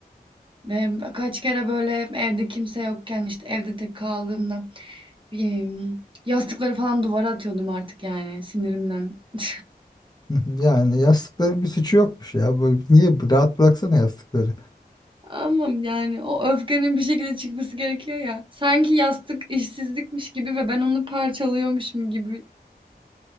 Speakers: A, on the right; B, on the left.
A: Ve kaç kere böyle evde kimse yokken, işte, evde tek kaldığımda, emm, yastıkları falan duvara atıyordum artık yani sinirimden. <laughs>
B: <laughs> Yani yastıkların bir suçu yokmuş ya. Böyle niye rahat bıraksana yastıkları.
A: Ama yani o öfkenin bir şekilde çıkması gerekiyor ya. Sanki yastık işsizlikmiş gibi ve ben onu parçalıyormuşum gibi